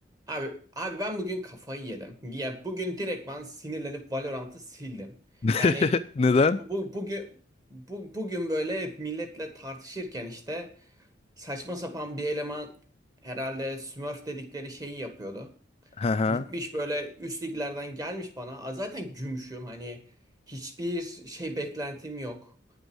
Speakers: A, on the right (about 20°); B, on the left (about 30°).
A: Abi, abi ben bugün kafayı yedim. Ya bugün direkt ben sinirlenip Valorant'ı sildim.
B: <laughs>
A: Yani
B: Neden?
A: bu, bu bugün bu, bugün böyle milletle tartışırken işte saçma sapan bir eleman herhalde Smurf dedikleri şeyi yapıyordu.
B: Hı hı.
A: Gitmiş böyle üst liglerden gelmiş bana. "Aa, Zaten gümüşüm hani hiçbir şey beklentim yok.